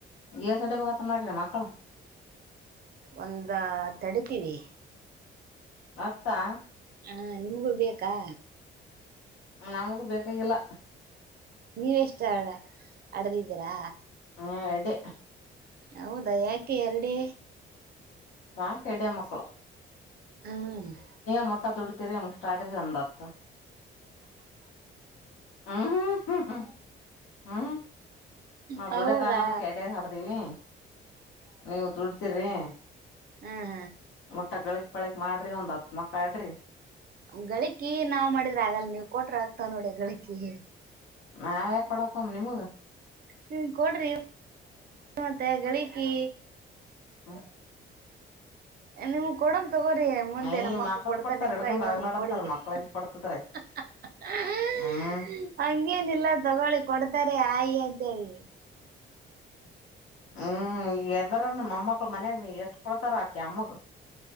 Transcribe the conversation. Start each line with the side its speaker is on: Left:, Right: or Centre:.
Left: ಹೆ ಸಡ್ಡಿ ಬತ್ತ ಮಾಡ್ರಿ ಮಕ್ಕಳು
Right: ಒಂದು ತಡಿತೀವಿ
Left: ಮತ್ತಾ
Right: ಹಾ ನಿಮ್ಗೂ ಬೇಕಾ
Left: ನಮಗೂ ಬೇಕಾಗಿಲ್ಲ
Right: ನೀವಷ್ಟ ಅಡದಿದ್ದೀರಾ
Left: ಹಾ ಎಡೆ
Right: ಹೌದಾ ಯಾಕೆ ಎರಡೆ
Left: ಸಾಕ್ ಎಡೆ ಮಕ್ಕಳು
Right: ಹ್ಮ್
Left: ಮೊಟ್ಟಾ ದುಡಿತೀರಿ <inaudible> ಅಂದ್ ಆತು ಹ್ಮ್ ಹ್ಮ ಹ್ಮ ಹ್ಮ ಹ್ಮ್ ನಾವ
Right: ಹೌದಾ
Left: ದುಡದಾಲ ಏಡೆ ಆಡ್ದೀವಿ ನೀವು ದುಡ್ತಿರಿ
Right: ಹ್ಮ್
Left: ಮುಟ್ಟ ಗಳಿಕ್ ಪಳಿಕ್ ಮಾಡ್ರಿ ಒಂದ್ ಹತ್ ಮಕ್ಳ ಆಡ್ರಿ
Right: ಹ್ಮ್ ಗಳಿಕಿ ನಾವ್ ಮಾಡಿದ್ರೆ ಆಗಲ್ಲ ನೀವು ಕೊಟ್ರ ಆಗ್ತ ನೋಡ ಗಳಿಕಿಗೆ
Left: ನಾ ಯಾಕ್ ಕೊಡಪ ನಿಮಗ್
Right: ನಿನ್ ಕೊಡ್ರಿ ಮತ್ತೆ ಗಳಿಕಿ
Left: ಹ್ಮ್
Right: ನಿಮ್ ಕೊಡಮ ತಗೋರಿ ಮುಂದೆ
Left: ಅಯ
Right: ನಮ್ಮ್ ಅಕ್ಕ
Left: ಮಕ್ಳ
Right: ಕೊಡ್ತಾರ್
Left: ಕೊಡ್ತಾರ
Right: ನಿಮ್ಗ
Left: ಹಿಡ್ಕೊಂಡ್
Right: ಇವಾಗ
Left: ಆಗ್ಲಾಡಂತಾರ
Right: ನಿ ಕೊಡಿ ಹಾ
Left: ಮಕ್ಳ ಇಲ್ಲಿ ಕೊಡ್ತದ್ರ ಆಯ್ತ್
Right: ಹಾ
Left: ಹ್ಮ್
Right: ಹಂಗೇನಿಲ್ಲ ತಗೊಳ್ಳಿ ಕೊಡ್ ತಾರೆ ಆಯಿ ಅಂತೇಳಿ
Left: ಹ್ಮ್ ಎದರ ಮಮ್ಮಕ್ಕಳು ಮನ್ಯಾಗ ನೀ ಕಷ್ಟ ಪಡ್ತಾರಕೆಮ್ಮಗ